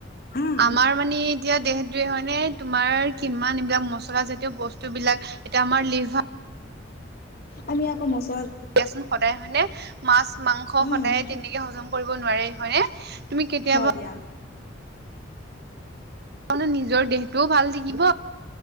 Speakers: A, on the left (about 55°); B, on the right (about 55°).
A: উম
B: আমাৰ মানে এতিয়া দেহ দেহটোয়ে হয় নে তোমাৰ কিমান এইবিলাক মচলাজাতীয় বস্তুবিলাক এতিয়া আমাৰ লিভাৰ
A: আমি আকৌ মচ
B: দিয়াচোন সদায় হয়নে মাছ মাংস
A: উম
B: সদায় তেনেকে হজম কৰিব নোৱাৰে হয়নে। তুমি কেতিয়াবা
A: হয় দিয়া।
B: মানে নিজৰ দেহটোও ভাল থাকিব